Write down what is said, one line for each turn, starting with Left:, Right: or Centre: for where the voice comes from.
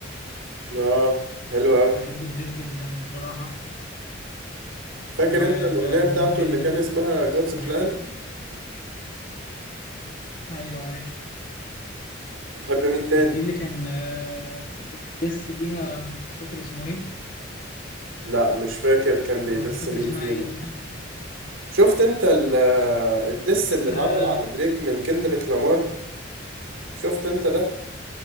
Right: اه حلو قوي
Left: بحب دريك جدا بصراحة
Right: فاكر
Left: ومين
Right: انت الاغنيه بتاعته
Left: تاني
Right: اللي كان اسمها جودز
Left: بحب
Right: بلان
Left: ايوه عارف
Right: بتحب مين تاني
Left: مش دي اللي كان آه، بيدس بيها مش فاكر اسمه ايه
Right: لا مش فاكر كان بيدس
Left: ولا مش فاكر
Right: مين
Left: اسمها
Right: فيها
Left: ايه اللي كان
Right: شفت انت ال- الدس اللي اتعمل
Left: آه
Right: على دريك من كندريك لامار شفت انت ده